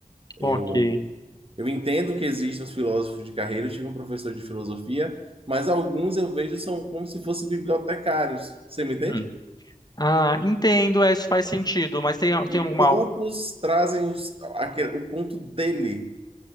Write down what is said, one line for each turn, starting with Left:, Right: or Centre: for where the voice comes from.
Right: Eu,
Left: Ok.
Right: eu entendo que existem os filósofos de carreira, eu tive um professor de filosofia, mas alguns eu vejo são como se fossem bibliotecários, você me entende?
Left: Hum. Ah, entendo, é, isso faz sentido, mas tem,
Right: E
Left: tem alguma.
Right: poucos trazem os- aquele- o ponto dele